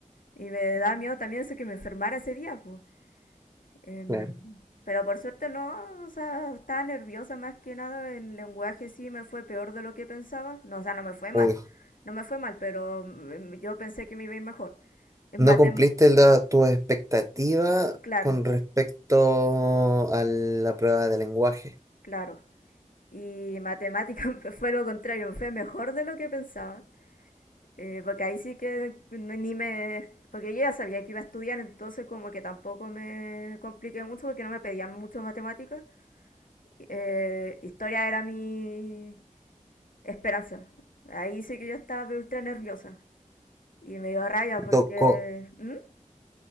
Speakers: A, on the left; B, on the right.
A: Y me daba miedo también eso que me enfermara ese día, pues. Em,
B: claro.
A: pero por suerte no, o sea, estaba nerviosa más que nada. En lenguaje sí me fue peor de lo que pensaba. No, o sea, no me fue mal.
B: Uy,
A: No me fue mal, pero mm, yo pensé que me iba a ir mejor. En
B: no
A: matem,
B: cumpliste la- tu expectativa
A: claro.
B: con respecto a la prueba de lenguaje.
A: Claro. Y matemática <laughs> fue lo contrario, fue mejor de lo que pensaba. Eh, porque ahí sí que no- ni me... Porque yo ya sabía que iba a estudiar, entonces como que tampoco me compliqué mucho porque no me pedían mucho matemáticas. Eh, historia era mi esperanza. Ahí sí que yo estaba pero ultra nerviosa. Y me dio rabia
B: Te
A: Oh, porque...
B: tocó,
A: ¿Mm?